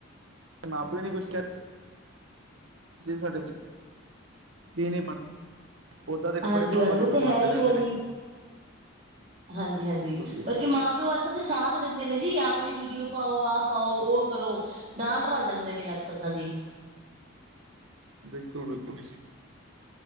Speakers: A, on the right; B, on the right.
A: ਮਾਂ ਪਿਉ ਨੇ ਕੁਛ ਕਿਹਾ। ਸਾਡੇ ਕੀ ਨਹੀਂ <inaudible> ਓਦਾਂ ਦੇ ਕੱਪੜੇ
B: ਹਾਂਜੀ,
A: ਪਾ
B: ਹਾਂਜੀ
A: ਪਾ ਕੇ
B: ਉਹ ਤੇ
A: ਵੀਡੀਓ
B: ਹੈ
A: ਆਂਦੇ
B: ਹੀ
A: ਰਹਿੰਦੇ
B: ਹੈ
A: ਨੇ
B: ਜੀ। ਹਾਂਜੀ, ਹਾਂਜੀ
A: ਬਿਲਕੁਲ ਬਿਲਕੁਲ
B: ਬਲਕਿ ਮਾਂ। ਪਿਓ ਤੇ ਅੱਜ ਕੱਲ ਦੇ ਸਾਥ ਦਿੰਦੇ ਨੇ ਜੀ, ਆਵੇਂ ਜੇ ਵੀਡੀਓ ਪਾਓ ਆਹ ਪਾਓ ਉਹ ਕਰੋ। ਨਾਲ ਰਲ ਜਾਂਦੇ ਨੇ ਅੱਜ ਕੱਲ੍ਹ ਤਾਂ ਜੀ।
A: ਬਿਲਕੁਲ-ਬਿਲਕੁਲ